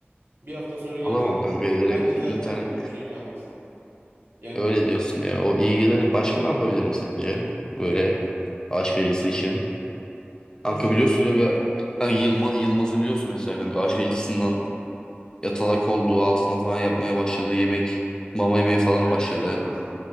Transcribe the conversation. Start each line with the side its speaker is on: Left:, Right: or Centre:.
Right: Bir hafta sonra gel
Left: Alamam
Right: zaten.
Left: kanka direkt
Right: Bence
Left: internet
Right: zaten aklında bir şey kalmaz. Yani
Left: Öyle diyorsun ya. O ilgilerin başka ne yapabilirim sence? Böyle aşk acısı için.
Right: başka
Left: Kanka biliyorsun ya ya- kanka Yılma- Yılmaz'ı biliyorsun mesela kanka aşk acısından yatalak olduğu altına falan yapmaya başladı. Yemek mama yemeye falan
Right: sana öyle
Left: başladı.
Right: bir şey olmaz.